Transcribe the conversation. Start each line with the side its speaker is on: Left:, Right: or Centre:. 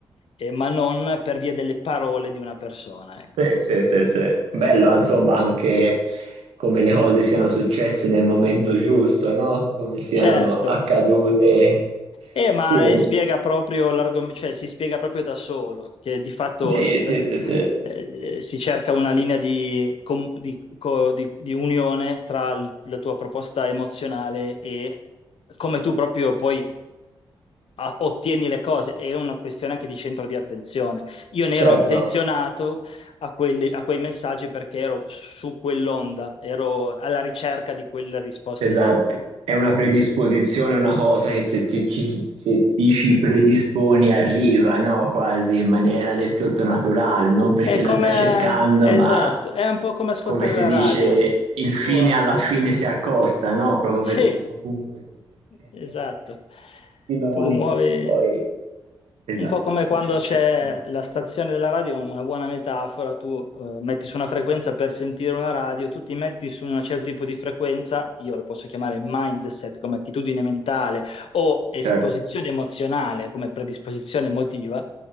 Left: eh, ma non per via delle parole di una persona, ecco.
Right: Sì, sì, sì, sì. Bello, insomma, anche come le cose siano successe nel momento giusto, no? Come siano
Left: Certo.
Right: accadute.
Left: Eh, ma
Right: Sì,
Left: eh, spiega proprio l'argomento, cioè si spiega proprio da solo, che di fatto
Right: sì, sì,
Left: eh,
Right: sì, sì.
Left: eh, si cerca una linea di, com- di- co- di- di unione tra l- la tua proposta emozionale e come tu proprio poi a- ottieni le cose, è una questione anche di centro di attenzione. Io ne ero
Right: Certo.
Left: attenzionato a, quelli- a quei messaggi perché ero su quell'onda, ero alla ricerca di quelle risposte
Right: Esatto,
Left: lì.
Right: è una predisposizione, una cosa che se ti ci, se ti ci predisponi arriva, no? Quasi in maniera
Left: Eh,
Right: del tutto naturale, non perché
Left: È
Right: la
Left: come,
Right: stai cercando,
Left: esatto,
Right: ma
Left: è un po' come ascoltare
Right: come si
Left: la
Right: dice,
Left: radio.
Right: il fine
Left: Tu, eh,
Right: alla fine si accosta, no? Proprio
Left: sì,
Right: perché comunque si cerca
Left: esatto.
Right: interessi, filoni,
Left: Tu muovi.
Right: poi... Esatto,
Left: Un po' come
Right: Vai,
Left: quando c'è
Right: vai, vai.
Left: la stazione della radio, una buona metafora, tu eh, metti su una frequenza per sentire una radio, tu ti metti su un certo tipo di frequenza, io lo posso chiamare mindset come attitudine mentale o esposizione
Right: certo,
Left: emozionale come predisposizione emotiva,